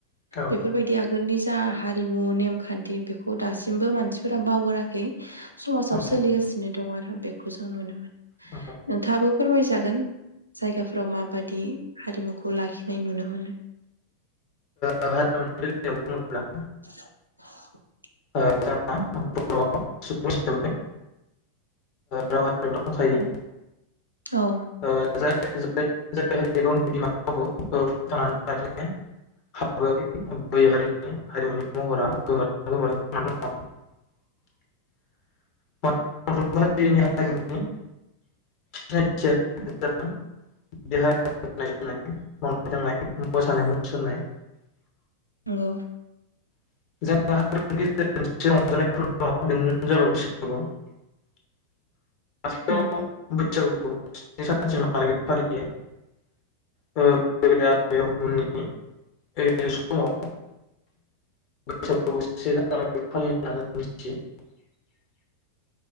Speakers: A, on the left; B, on the right.
A: औ
B: बेफोरबायदि आगोलनि जा हारिमु नेमखान्थि बेखौ दासिमबो मानसिफोरा बावगाराखै समाजाव
A: औ
B: सोलिगासिनो दं आरो आरो बेखौ जों नुनो मोनो
A: मोसानाय मुसुरनाय
B: नोंथाङाबो फोरमायसै जागोन जायगाफोराव माबादि हारिमुखौ लाखिनाय नुनो मोनो
A: जोंहा हारिमुनि <unintelligible>
B: <unintelligible>
A: ज <unintelligible> रावहा दंखायो
B: औ
A: ओ जाय। <unintelligible> <unintelligible>
B: नंगौ।
A: <unintelligible> <unintelligible>
B: उम
A: <unintelligible> <unintelligible>